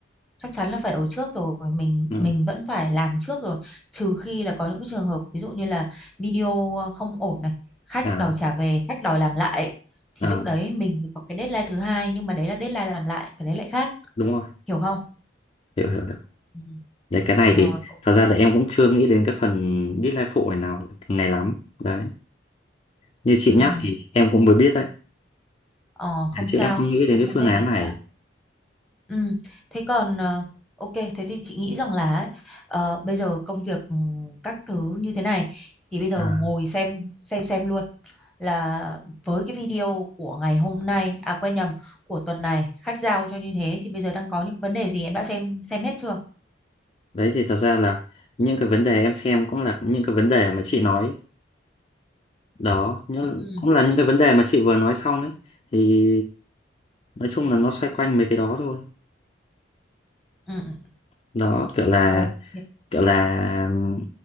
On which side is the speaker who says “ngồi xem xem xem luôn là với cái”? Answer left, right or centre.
Centre